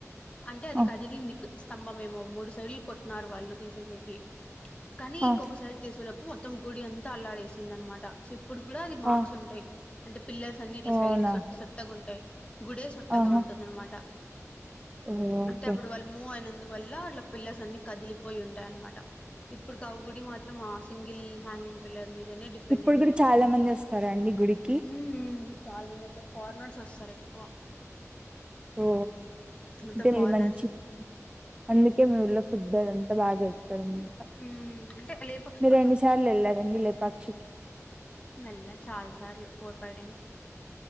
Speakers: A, on the left; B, on the right.
A: అంటే అది
B: ఆ
A: కదిలింది స్తంభమేమో మూడు సైడ్లు కొట్న్నారు వాళ్ళు తీసేసేకి కానీ
B: ఆ
A: ఇంకొక సైడ్ తీసుకువళ్ళప్పు మొత్తం గుడి అంతా అల్లాడేసింది అనమాట శివ్ ఇప్పుడు కూడా అది మార్క్స్
B: ఆ
A: ఉంటాయి అంటే పిల్లర్స్ అన్ని ఇట్లా
B: ఓ
A: సైడ్
B: అవునా
A: సోట్ట సొట్టగా ఉంటాయి గుడే సొట్టగా
B: ఆహా
A: ఉంటది అనమాట
B: ఓ, ఓకే
A: అంటే అప్పుడు వాళ్ళు మూ అయినందువల్ల అట్లా పిల్లస్ అన్ని కదిలిపోయి ఉంటాయి అనమాట ఇప్పుడు కా ఆవు గుడి మాత్ త్రం మా సింగిల్ హ్యాంగ్ం పిల్లర్ మీదనే డిపెండ్
B: ఇప్పుడు
A: అయింది
B: కూడా
A: మొత్తం
B: చాలా మంది వస్తారండి గుడికి
A: ఉమ్ చాలా మంది అస్తారు ఫారినర్స్ ఆస్తారు ఎక్కువ
B: ఓ
A: మొత్తం
B: అంటే
A: ఫారినర్స్
B: ఇది మంచి అందుకే మీఊళ
A: ఉమ్
B: ఫుడ్ అదంతా బాగా జరుపుతా
A: ఉమ్ అంటే లేపాక్షి
B: మీరు ఎన్ని సార్లు ఎళ్ళారండి లేపక్షికి
A: వేళ్ళా చాల సార్లు ఫోర్ ఫై టైమ్స్